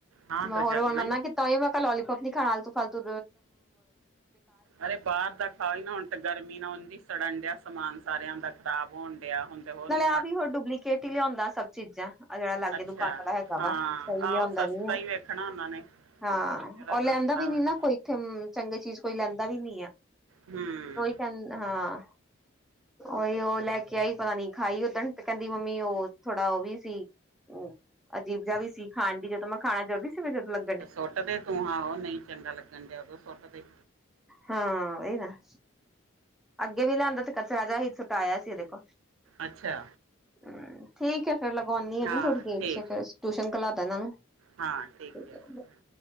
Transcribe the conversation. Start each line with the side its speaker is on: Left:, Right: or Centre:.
Right: ਹਾਂ
Centre: ਮੈਂ
Right: ਤਾਂ
Centre: ਹੋਰ
Right: ਜਲਣਾ
Centre: ਹੁਣ ਮਨਾ
Right: ਹੀ
Centre: ਕੀਤਾ ਓਹੀ ਮੈਂ ਕਿਹਾ ਲੋਲੀਪੋਪ ਨੀ ਖਾਣਾ ਆਲਤੂ- ਫਾਲਤੂ
Right: ਅਰੇ ਬਾਹਰ ਦਾ ਖਾਓ ਹੀ ਨਾ, ਹੁਣ ਤੇ ਗਰਮੀ ਨਾ ਉਂਝ ਹੀ ਸੜਨ ਡਿਆ ਸਮਾਨ ਸਾਰਿਆਂ ਦਾ, ਖਰਾਬ ਹੋਣ ਡਿਆ ਹੁਣ ਤੇ ਹੋਰ ਨੀ
Centre: ਆ ਵੀ ਹੋਰ ਡੁਪਲੀਕੇਟ ਹੀ ਲਿਆਉਂਦਾ ਸਭ ਚੀਜ਼ਾਂ। ਆਹ ਜਿੜਾ ਲਾਗੇ
Right: ਅੱਛਾ
Centre: ਦੁਕਾਨ ਵਾਲਾ ਹੈਗਾ
Right: ਹਾਂ
Centre: ਵਾ, ਸਹੀ
Right: ਆਹੋ
Centre: ਲਿਆਉਂਦਾ
Right: ਸਸਤਾ
Centre: ਨੀ ਆ।
Right: ਹੀ ਵੇਖਣਾ ਉਹਨਾਂ ਨੇ
Centre: ਹਾਂ,
Right: ਜਿਹੜਾ
Centre: ਔਰ ਲੈਂਦਾ
Right: ਸਸਤਾ
Centre: ਵੀ ਨੀ
Right: ਵਾਲਾ
Centre: ਨਾ ਕੋਈ ਇੱਥੇ, ਚੰਗੀ ਚੀਜ਼ ਕੋਈ ਲੈਂਦਾ ਵੀ ਨੀ ਆ।
Right: ਹਮ।
Centre: ਕਹਿਨ ਹਾਂ, ਉਹੀਓ ਲੈ ਕੇ ਆਈ ਪਤਾ ਨੀ ਖਾਈ ਉ ਦੀ ਮੰਮੀ ਉਹ ਥੋੜਾ ਉਹ ਵੀ ਸੀ ਹੂ ਅਜੀਬ ਜਿਆ ਵੀ ਸੀ, ਖਾਣ ਦੀ ਜਦੋਂ ਮੈਂ ਖਾਣਾ ਜ਼ਰੂਰੀ ਸੀ ਮੈਂ ਜਦੋਂ ਲੱ
Right: ਤੇ ਸੁੱਟਦੇ ਤੂੰ ਆਹੋ, ਨਹੀਂ ਚੰਗਾ ਲੱਗਣ ਡਿਆ ਉਦੋਂ ਸੁੱਟਦੇ।
Centre: ਹਾਂ ਇਹ ਤਾਂ ਹੈ। ਅੱਗੇ ਵੀ ਲਿਆਂਦਾ ਤੇ ਕਚਰਾ ਜਾ ਸੀ ਸੁੱਟਾ ਆਇਆ ਸੀ ਇਹਦੇ ਕੋਲ
Right: ਅੱਛਾ।
Centre: <unintelligible> ਠੀਕ ਹੈ ਫੇਰ ਲਗਾਉਂਦੀ ਆ
Right: ਹਾਂ
Centre: ਥੋੜੀ ਦੇਰ
Right: ਠੀਕ
Centre: ਚ ਫੇਰ ਟਿਊਸ਼ਨ <unintelligible> ਇਹਨਾ ਨੂੰ
Right: ਹਾਂ ਠੀਕ ਹੈ
Centre: ਹੈ।